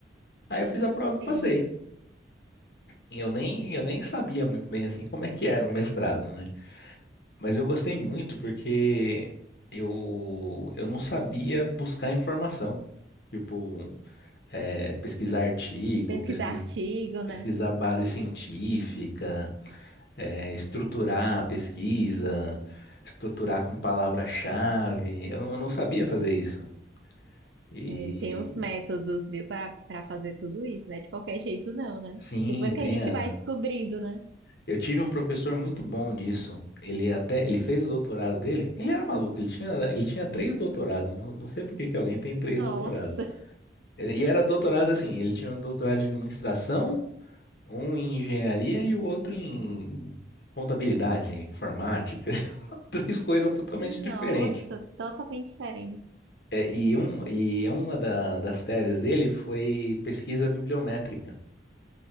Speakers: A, on the left (about 60°); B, on the right (about 80°).
A: Aí eu fiz a prova e
B: sim.
A: passei. E eu nem, eu nem sabia muito bem, assim, como é que era um mestrado, né? Mas eu gostei muito porque eu, eu não sabia buscar informação. Tipo, é, pesquisar artigo,
B: Pesquisar artigo,
A: pesquisar
B: né?
A: base científica, eh, estruturar a pesquisa, estruturar com palavra-chave. Eu não, eu não sabia fazer isso. E
B: É, e tem os métodos, viu, para para fazer tudo isso, né? De qualquer jeito, não, né?
A: sim,
B: Depois
A: tem
B: que a gente
A: a...
B: vai descobrindo, né?
A: Eu tive um professor muito bom disso. Ele até, ele fez o doutorado dele. Ele era maluco, ele tinha, ele tinha três doutorados. Não, não sei por que que alguém tem três
B: Nossa,
A: doutorados. E era doutorado assim, ele tinha um doutorado de administração, um em engenharia e o outro em contabilidade, informática. <laughs> <laughs> três coisas totalmente
B: <laughs>
A: diferentes.
B: nossa, totalmente diferente.
A: É, e, um, e uma da- das teses dele foi pesquisa bibliométrica.